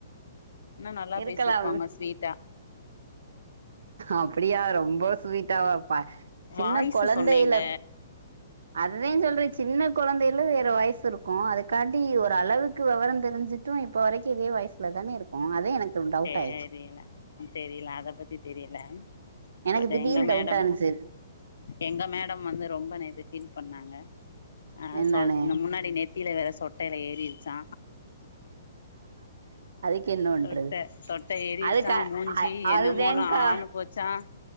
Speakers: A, on the left; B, on the right.
A: இன்னு நல்லா
B: இருக்கலாம்
A: பேசிருப்பாங்க ஸ்வீட்டா
B: அப்டியா ரொம்ப ஸ்வீட்டாவாப்பா சின்ன
A: வாய்ஸு
B: கொழந்தையில
A: சொன்னேங்க
B: அதுதா சொல்றே சின்ன கொழந்தையில ஒரு வாய்ஸ் இருக்கு அதுக்கான்டி ஒரு அளவுக்கு வொவரோ தெரிஞ்சுட்டு இப்ப வரைக்கு இதே வாய்ஸ்ல தானே இருக்கு அதே எனக்கு டவுட்
A: தெரில
B: ஆயிடுச்சு
A: தெரில அத பத்தி தெரில
B: எனக்கு
A: பட்
B: திடீர்னு
A: எங்க மேடம்
B: டவுட்டா இருந்துச்சு
A: எங்க மே மேடம் வந்து ரொம்ப நேத்து ஃபீல் பண்ணாங்க அ
B: என்னன்னு
A: சொ முன்னாடி நெத்தில வேற சொட் ட்டையில ஏறிடுச்சா
B: அதுக்கு என்ன பண்றது
A: சொட்ட சொட்ட எரிடுச்சா
B: அதுக்க
A: மூஞ்சி
B: அதுதேன்கா
A: என்னமோனு ஆணு போச்சா